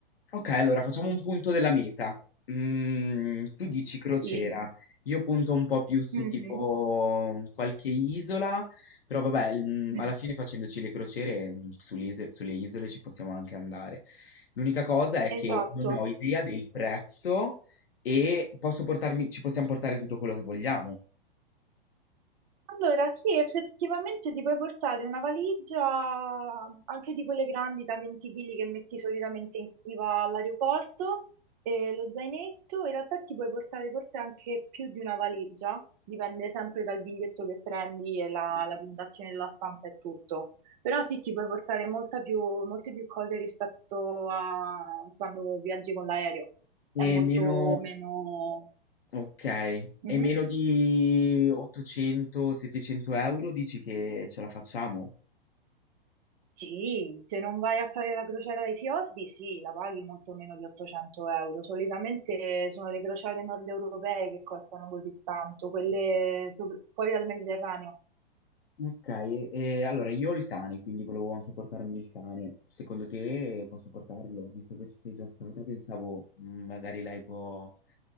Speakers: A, on the left; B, on the right.
A: Ok, allora facciamo un punto della meta. Mm, tu dici crociera,
B: Sì.
A: io punto un po' più su
B: Mhm.
A: tipo qualche isola, però vabbè, mm,
B: Mm.
A: alla fine facendoci le crociere mm, sulle ise- sulle isole ci possiamo anche andare. L'unica cosa è che
B: Esatto.
A: non ho idea del prezzo e posso portarmi, ci possiamo portare tutto quello che vogliamo.
B: Allora, sì, effettivamente ti puoi portare una valigia anche di quelle grandi da 20 kg che metti solitamente in stiva all'aeroporto e lo zainetto. In realtà ti puoi portare forse anche più di una valigia, dipende sempre dal biglietto che prendi e la, la prenotazione della stanza e tutto. Però sì, ti puoi portare molta più- molte più cose rispetto a quando viaggi con l'aereo. È molto
A: E meno
B: meno...
A: Okay.
B: Mhm.
A: E meno di 800, 700 € dici che ce la facciamo?
B: Sì, se non vai a fare la crociera dei fiordi, sì, la paghi molto meno di 800 euro. Solitamente sono le crociere nord europee che costano così tanto, quelle sopra- fuori dal Mediterraneo.
A: Okay. E e allora io ho il cane, quindi volevo anche portarmi il cane. Secondo te posso portarlo? Visto che ci sei già stata pensavo, mhmm, magari lei può